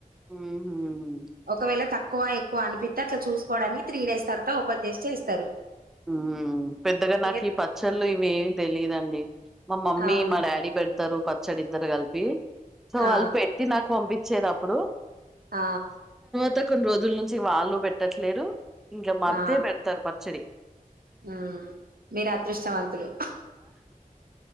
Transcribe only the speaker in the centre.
ఊహ్మ్
ఊమ్ పెద్దగా నాకు
ఈ పచ్చళ్ళు ఇవేమి తెలియదండి మా మమ్మీ
మా డాడీ పెట్ ఇద్దరు పచ్చడి ఇద్దర్ కలిపి సొ
వాల్ పెట్టి నాక్ వంపి చ్చే దప్పుడు
త్త కొన్ రోజుల్ నుంచి వాళ్ళు పెట్టట్లేదు ఇంక మా
అత్తే పెడ్తారు ప చ్చేరి